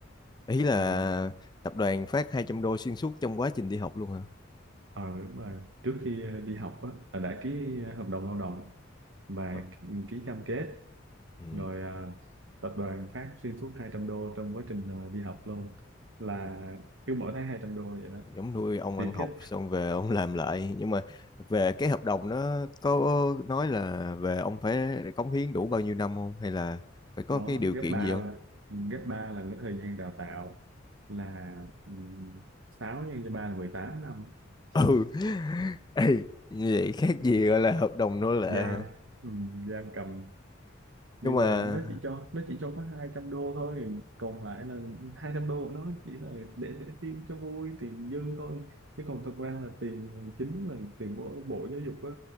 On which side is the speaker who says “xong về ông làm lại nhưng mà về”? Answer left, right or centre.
Left